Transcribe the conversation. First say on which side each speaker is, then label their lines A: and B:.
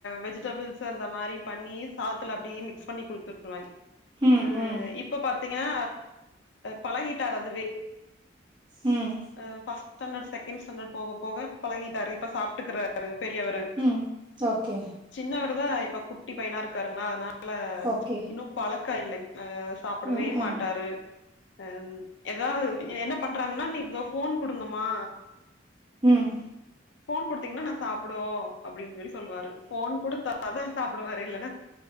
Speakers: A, on the left; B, on the right.
A: வெஜிடபிள்ஸ் சு அந்த மாரி பண்ணியே சாதத்துல அப்டியே மிக்ஸ் பண்ணி குடுத்து
B: ம்,
A: ஆ
B: ம்,
A: இப்ப பாத்தீங்கன்னா பழகிட்டாரு அதுவே
B: ம்
A: ஆ ஃபஸ்ட் ஸ்டேண்டட் செகண் ஸ்டேண்ட்ட் போக போக பழகிட்டாரு இப்ப சாப்ட்டுக்குறாரு பெரியவரு
B: ம். ஓகே.
A: சின்னவருதா இப்ப குட்டி பையனா இருக்காருங்ளா அதனால
B: ஓகே
A: இன்னு பழக்க இல்லேங்கே சாப்படவே
B: ம் ம்
A: மாட்டாரு ஆ எதாவ்து என்ன பண்றாங்கன்னா நீங்க ஃபோன் குடுங்கம்மா
B: ம்
A: ஃபோன் குடுத்திங்ன்னா நா சாப்புடுவோ அப்டீன் சொல்லி சொல்வாரு ஃபோன் குடுத்தா தா சாப்புடுவாரு இல்லேன்னா